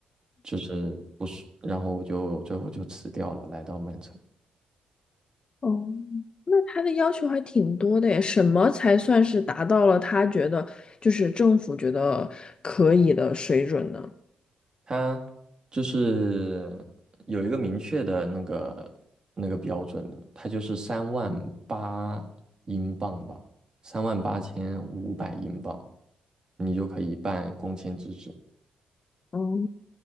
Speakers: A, on the right; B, on the left.
A: 就是不舒。然后我就最后就辞掉了，来到曼城。
B: 哦，那他的要求还挺多的耶，什么才算是达到了他觉得就是政府觉得可以的水准呢？
A: 它就是有一个明确的那个那个标准的，它就是三万八英镑吧，三万八千五百英镑，你就可以办工签资质。
B: 哦，